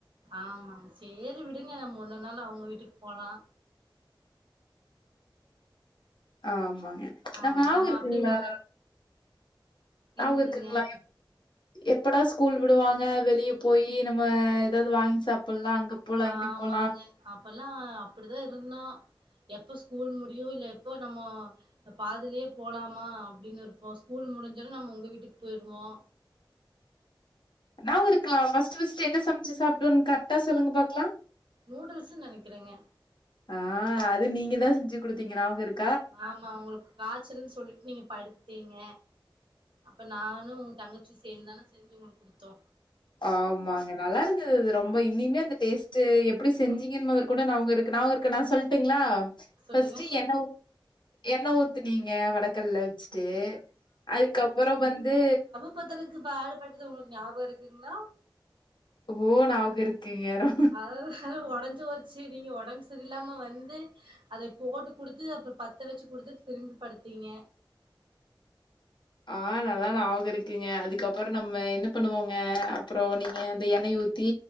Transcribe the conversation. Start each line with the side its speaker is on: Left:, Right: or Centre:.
Right: ஆமா சேரி விடுங்க நம்ம உன்னோன்நாளு அவுங்க வீட்டுக்கு போலா
Left: ஆமாங்க
Right: ஆமாங்க
Left: நம்ம ஞாவகருக்குங்ளா
Right: அப்டி
Left: ஞாவகருக்குங்ளா
Right: என்னதுங்க
Left: எப்படா ஸ்கூல் விடுவாங்க வெளிய போயி நம்ம ஏதாவுது வாங்கி சாப்புட்லா அங்க போலாம்,
Right: ஆமாங்க
Left: இங்க போலாம்.
Right: அப்பல்லா அப்டிதாருந்தோ எப்ப ஸ்கூல் முடியு இல்ல எப்போ நம்மோ பாதிலே போலாமா அப்டின் இருப்போ ஸ்கூல் முடிஞ்சோனே நம்ம உங்க வீட்டுக்கு போயிருவோ
Left: ஞாவகருக்கா ஃபஸ்ட்டு ஃபஸ்ட்டு என்ன சமைச்சு சாப்டோன் கர்ட்டா சொல்லுங்க பாக்லா
Right: நூடுல்ஸ்ஸுன் நெனக்கிறங்க
Left: ஆ அது நீங்கதா செஞ்சு குடுத்தீங்க ஞாவகருக்
Right: ஆமா உங்குளுக்கு காச்சல்னு சொல்லிட்டு நீங்க படுத்ட்டீங்க அப்ப நானு ஒங்தங்கச்சி சேந்தான செஞ்சு உங்குளுக்கு குடுத்தோ
Left: ஆமாங்க நல்லாருந்தது அது ரொம்ப இனிமையா அந்த டேஸ்ட்டு எப்டி செஞ்சீங்கன் மொதற்கொண்டு நாவகருக்கு நாவகருக் கு நா சொல்ட்டுங்ளா
Right: சொல்லுங்க
Left: ஃபஸ்ட்டு எண்ண ஊ எண்ண ஊத்துனீங்க வடக்கல்ல வச்ட்டு அதுக்கப்பறம் வந்து
Right: ப்பத்தறக்கு பாடுபட்டது உங்களுக்கு ஞாப இருக்குங்ளா
Left: ஓ நாவ்க இருக்குங்க நா
Right: அது வேற ஒடஞ்சு போச் சரி நீங்க ஒடம்பு சரியில்லாம வந்து அத போட்டு குடுத்து அப்பறோ பத்த வச்சி குடுத்து திரும்பி படுத்தீங்க
Left: ஆ நல்லா நாவக இருக்குங்க அதுக்கப்றோ நம்ம என்ன பண்ணுவோங்க அப்றோ நீங்க அந்த எண்ணெய ஊ த்தி